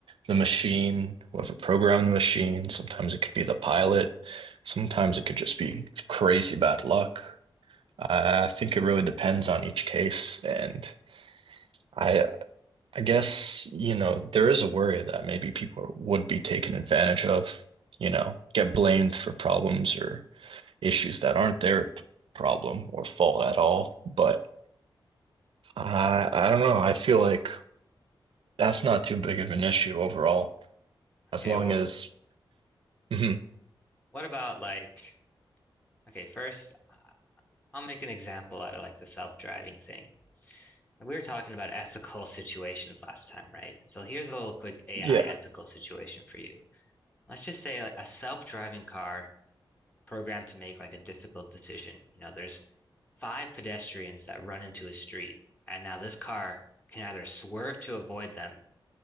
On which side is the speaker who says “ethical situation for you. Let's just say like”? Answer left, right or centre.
Left